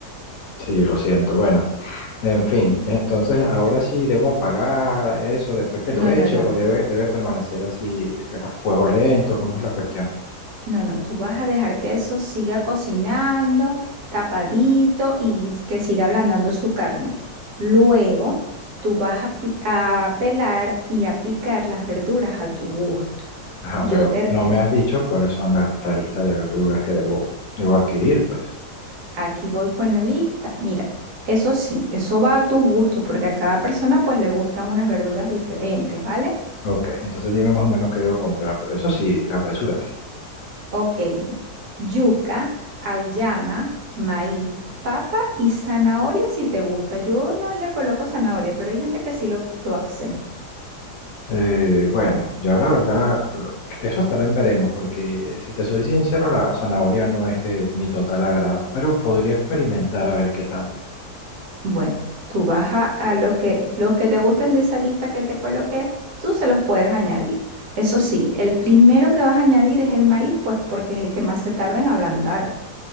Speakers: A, on the left; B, on the right.
A: Sí, lo siento. Bueno, en fin, entonces ahora sí debo apagar eso después que
B: No,
A: lo he
B: no,
A: hecho
B: no,
A: o debe, debe permanecer así eh, a fuego lento, ¿cómo es la cuestión?
B: no, no, tú vas a dejar que eso siga cocinando, tapadito y que siga ablandando su carne. Luego, tú vas a, pi- a pelar y a picar las verduras a tu gusto.
A: Ajá,
B: Yo
A: pero
B: te,
A: no me has dicho cuáles son la, la lista de verduras que debo, debo adquirir, pues.
B: aquí voy con la lista. Mira, eso sí, eso va a tu gusto, porque a cada persona pues le gustan unas verduras diferentes, ¿vale?
A: Ok, entonces dime más o menos qué debo comprar, pero eso sí, apresúrate.
B: Ok. Yuca, auyama, maíz, papa y zanahoria si te gusta. Yo no le coloco zanahoria, pero hay gente que sí lo, lo hace.
A: Eh, bueno, yo la verdad, lo- eso estará en veremos, porque eh, si te soy sincero, la zanahoria no es de mi total agrado, pero podría experimentar a ver qué tal.
B: Bueno, tú vas a, a lo que, los que te gusten de esa lista que te coloqué, tú se los puedes añadir. Eso sí, el primero que vas a añadir es el maíz, pues porque es el que más se tarda en ablandar.